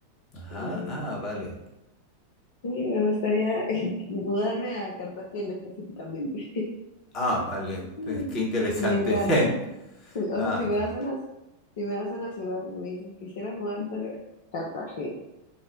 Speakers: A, on the left; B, on the left.
A: Ajá,
B: Eh,
A: ah, vale.
B: sí, me gustaría <laughs> mudarme a Cartagena específicamente.
A: Ah, vale.
B: <laughs>
A: <laughs> Pues, Qué interesante.
B: Me encanta.
A: <laughs>
B: Sí, o
A: Ah,
B: sea, si me
A: qué,
B: das una, si me das una ciudad y me dices, quisieras mudarte a Cartagena,